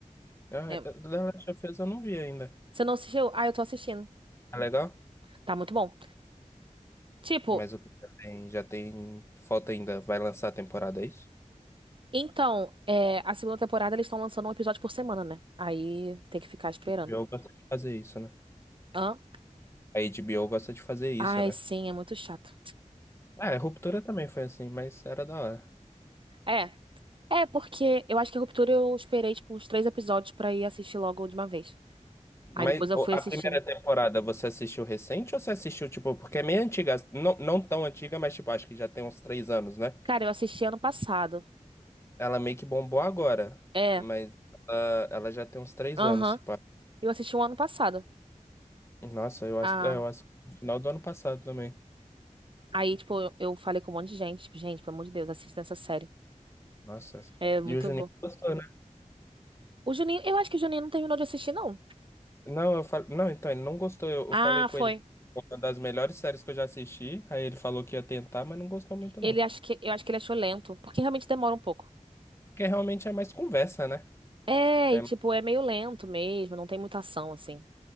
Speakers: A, on the left (about 20°); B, on the right (about 40°).
A: Ah,
B: É.
A: The Last of Us eu não vi ainda.
B: Você não assistiu? Ah, eu tô assistindo.
A: É legal?
B: Tá muito bom. Tipo,
A: Mas o que já tem, já tem. Falta ainda. Vai lançar a temporada, é isso?
B: então, é, a segunda temporada eles estão lançando um episódio por semana, né? Aí tem que ficar esperando.
A: A HBO gosta de fazer isso, né?
B: Hã?
A: A HBO gosta de fazer isso,
B: Ai,
A: né?
B: sim, é muito chato.
A: Ah, é, Ruptura também foi assim, mas era da hora.
B: É. É, porque eu acho que a Ruptura eu esperei, tipo, uns três episódios pra ir assistir logo de uma vez.
A: Mas
B: Aí depois eu
A: ô,
B: fui
A: a
B: assistindo.
A: primeira temporada você assistiu recente ou você assistiu, tipo, porque é meio antiga, não, não tão antiga, mas tipo, acho que já tem uns três anos, né?
B: Cara, eu assisti ano passado.
A: Ela meio que bombou agora,
B: É,
A: mas ela, ela já tem uns três
B: aham.
A: anos, se pá.
B: Eu assisti um ano passado.
A: Nossa, eu acho,
B: Ah,
A: é, eu acho no final do ano passado também.
B: aí, tipo, eu, eu falei com um monte de gente. Tipo, gente, pelo amor de Deus, assista essa série.
A: Nossa, essa-
B: É muito
A: e o Juninho
B: bom.
A: gostou, né?
B: O Juninho, eu acho que o Juninho não terminou de assistir, não.
A: Não, eu fal... não, então ele não gostou. Eu eu
B: Ah,
A: falei com
B: foi.
A: ele que foi uma das melhores séries que eu já assisti. Aí ele falou que ia tentar, mas não gostou muito, não.
B: Ele acho que, eu acho que ele achou lento, porque realmente demora um pouco.
A: Porque realmente é mais conversa, né?
B: É,
A: É...
B: e tipo, é meio lento mesmo, não tem muita ação, assim.